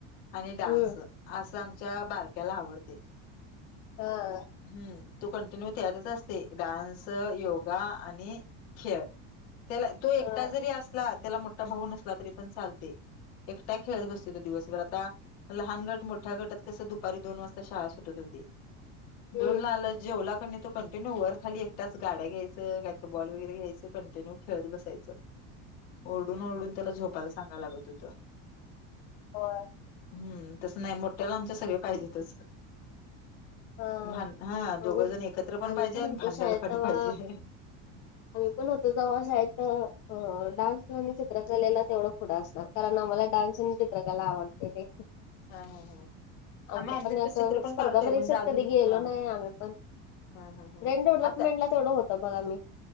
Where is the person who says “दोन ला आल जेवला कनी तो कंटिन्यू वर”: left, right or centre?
Left